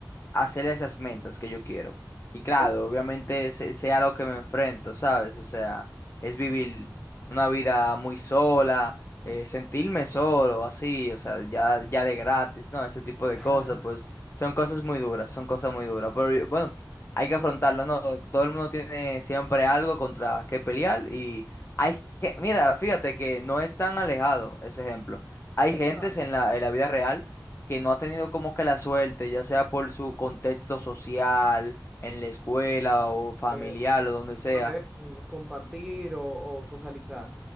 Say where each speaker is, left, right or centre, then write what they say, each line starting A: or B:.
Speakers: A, on the left (about 35°); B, in the centre.
A: hacer esas metas que yo quiero. Y claro,
B: Ok.
A: obviamente se- sea lo que me enfrento, ¿sabes? O sea, es vivir una vida muy sola, eh, sentirme solo, así, o sea, ya, ya de gratis, ¿no? Ese tipo de
B: <laughs>
A: cosas, pues son cosas muy duras, son cosas muy duras. Pero yo- bueno, hay que afrontarlo, ¿no? Todo el mundo tiene siempre algo contra qué pelear y hay que, mira, fíjate que no es tan alejado ese ejemplo. Hay gentes
B: Claro.
A: en la, en la vida real que no ha tenido como que la suerte, ya sea por su contexto social, en la escuela o familiar
B: De,
A: o donde
B: de
A: sea.
B: poder compartir o o socializar.